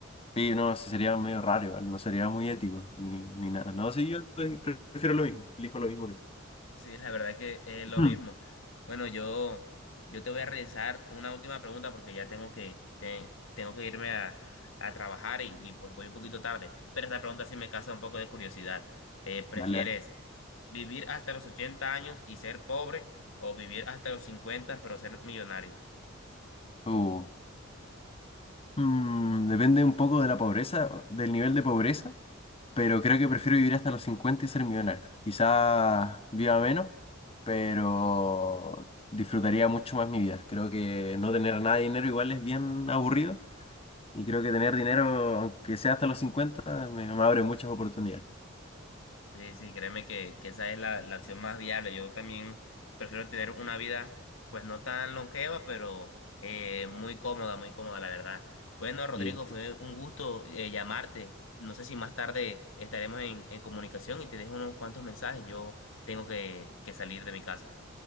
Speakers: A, on the left; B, on the left.
A: Sí, no, sí sería medio raro igual, no sería muy ético ni, ni nada. No, sí, yo pre- prefiero lo mismo, elijo lo mismo que tú.
B: Sí, la verdad que es lo
A: Mm.
B: mismo. Bueno, yo, yo te voy a realizar una última pregunta porque ya tengo que, te- tengo que irme a, a trabajar y, y pues voy un poquito tarde. Pero esta pregunta sí me causa un poco de curiosidad. Eh, ¿prefieres
A: Dale, dale.
B: vivir hasta los 80 años y ser pobre o vivir hasta los 50 pero ser millonario?
A: Uh, mm, depende un poco de la pobreza, del nivel de pobreza, pero creo que prefiero vivir hasta los 50 y ser millonario. Quizás viva menos, pero disfrutaría mucho más mi vida. Creo que no tener nada de dinero igual es bien aburrido y creo que tener dinero, aunque sea hasta los 50 me, me abre muchas oportunidades.
B: Sí, sí, créeme que, que esa es la, la opción más viable. Yo también prefiero tener una vida, pues no tan longeva, pero eh, muy cómoda, muy cómoda, la verdad. Bueno, Rodrigo,
A: Y
B: fue un gusto eh, llamarte. No sé si más tarde estaremos en, en comunicación y te dejo unos cuantos mensajes. Yo tengo que, que salir de mi casa.